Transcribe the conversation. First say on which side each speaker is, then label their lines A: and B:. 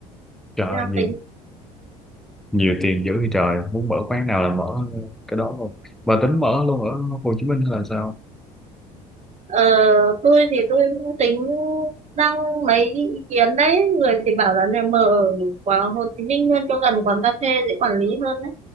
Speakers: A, in the centre; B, on the right.
A: trời
B: Tôi
A: ơi,
B: đang
A: nhiều,
B: tính
A: nhiều tiền dữ vậy trời, muốn mở quán nào là mở cái đó luôn. Và tính mở luôn ở Hồ Chí Minh hay là sao?
B: Ờ, tôi thì tôi cũng tính đăng mấy ý kiến đấy người thì bảo là này mở quán Hồ Chí Minh luôn cho gần quán cà phê dễ quản lý hơn đấy